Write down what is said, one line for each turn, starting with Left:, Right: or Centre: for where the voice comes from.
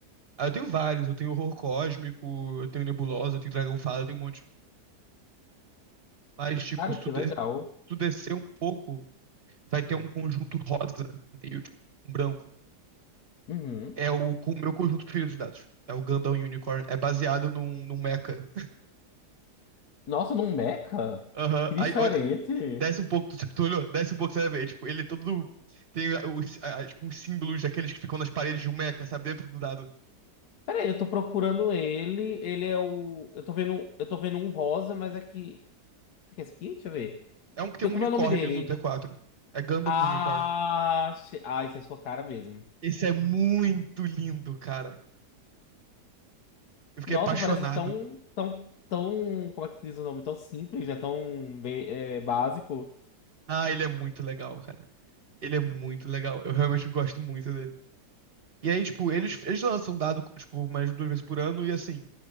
Right: Aí eu tenho vários. Eu tenho horror cósmico, eu tenho nebulosa, eu tenho dragão fada, eu tenho um monte. Mas, tipo,
Left: Cara,
Right: se
Left: que
Right: tu, de-
Left: legal.
Right: se tu descer um pouco, vai ter um conjunto rosa, meio tipo, um branco.
Left: Uhum.
Right: É o, com o meu conjunto preferido de dados. É o Gundam Unicorn. É baseado num, num mecha.
Left: Nossa, num Mecha?
Right: Aham.
Left: Que diferente.
Right: Aí, olha, Desce um pouco, tu, tu olhou? Desce um pouco, você vai ver. Tipo, ele é todo. Tem os, a- tipo, uns símbolos daqueles que ficam nas paredes de um mecha, sabe? Dentro do dado.
Left: Peraí, eu tô procurando ele. Ele é o. Eu tô vendo, eu tô vendo um rosa, mas é que. O que é esse aqui? Deixa eu ver.
Right: É um que tem
Left: Tem
Right: um
Left: como
Right: unicórnio
Left: é o nome dele?
Right: no D4. É Gundam
Left: Ah,
Right: Unicorn.
Left: che- ah, isso é sua cara mesmo.
Right: Esse é muito lindo, cara. Eu fiquei
Left: Nossa,
Right: apaixonado.
Left: parece tão, tão, tão, como é que se diz o nome? Tão simples, né? Tão be- é, básico.
Right: Ah, ele é muito legal, cara. Ele é muito legal. Eu realmente gosto muito dele. E aí, tipo, eles, eles lançam um dado, tipo, mais duas vezes por ano e assim.